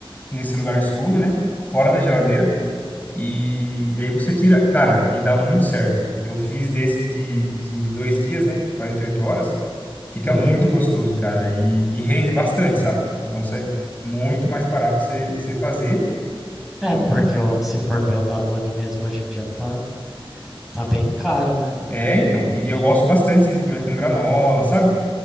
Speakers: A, on the left; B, in the centre.
A: nesse lugar escuro, né? Fora da geladeira. E, e aí você tira, cara, e dá muito certo. Eu fiz desse de, de dois dias, né? 48 horas. Fica
B: aham.
A: muito gostoso, cara. E, e rende bastante, sabe? Então sai muito mais barato você você fazer.
B: É,
A: E
B: porque o- se for ver o Danone mesmo hoje em dia tá, tá bem caro, né?
A: é, então. E, e eu gosto bastante, assim, de comer com granola, sabe?